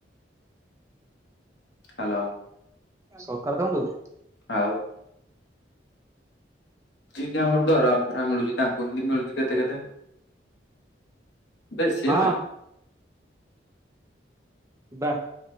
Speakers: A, on the left; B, on the right.
A: ହାଲୋ।
B: ସରକାର ତାଙ୍କୁ ଦଉଛି?
A: ଆଉ? ଜିି ଆମର ଦରମା ଫରମା ମିଳୁଛି ତାଙ୍କୁ ହିନ୍ଦୀ ମିଳୁଛି କେତେ କେତେ? ବେଶି
B: ହଁ
A: ନୁହେଁ।
B: ଯିବା।